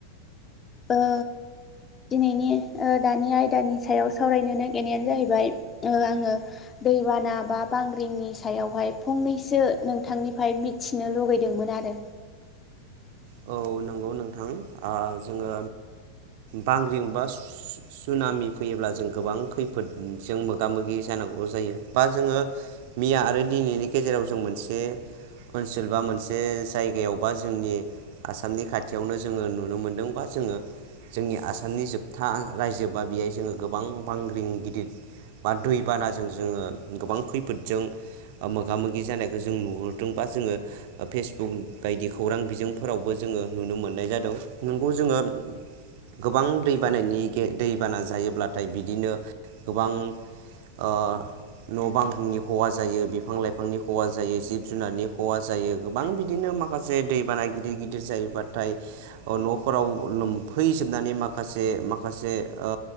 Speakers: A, on the left; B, on the right.
A: ओ दिनैनि ओ दानि आयदानि सायाव सावरायनो नागिरनायानो जाहैबाय ओ आङो दैबाना बा बांग्रिंनि सायावहाय फंनैसो नोंथांनिफ्राय मिथिनो लुगैदोंमोन आ रो। <inaudible>
B: औ नंगौ नोंथां। ओ जोङो बांग्रिं बा सुनामि फैयोब्ला जों गोबां खैफोदजों मोगा मोगि जा नांगौ जायो बा जोङो मैया आरो दिनैनि गेजेराव जों मोनसे ओनसोल बा मोनसे जायगायावबा जोंनि आसामनि खाथियावनो जोङो नुनो मोनदोंबा जोङो। जोंनि आसामनि जोबथा रायजो बा बेहाय जोङो गोबां बांग्रिं गिदिर बा दैबानाजों जोङो गोबां खैफोदजों। मोगा मोगि जानायखौ जों नुहुरदोंबा जोङो फेसबुक बायदि खौरां बिजों फोरावबो जोङो नुनो मोननाय जादों नंगौ जोङो गोबां दैबानायानि दैबाना जायोब्लाथाय बिदिनो गोबां ओ न' बांनि खहा जायो बिफां लाइफांनि खहा जायो जिब जुनारनि खहा जायो गोबां बिदिनो माखासे दै बानाय गिदिर गिदिर जायोबाथाय न'फोराव लोमफैजोबनानै माखासे माखासे ओ